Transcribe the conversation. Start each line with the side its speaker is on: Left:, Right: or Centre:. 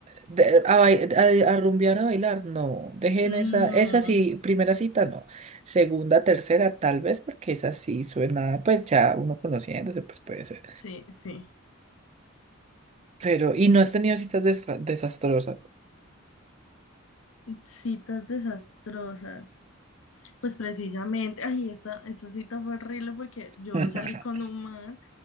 Right: de- a, bai- a, a rumbear, a bailar, no, dejen
Left: No,
Right: esa, esa sí, primera cita no, segunda, tercera tal vez, porque esa sí suena, pues ya uno conociéndose, pues puede ser,
Left: sí, sí.
Right: pero, y no has tenido citas destra- desastrosas.
Left: Citas desastrosas. Pues precisamente, ay, esa, esa cita fue horrible porque yo
Right: <laughs>
Left: salí con un man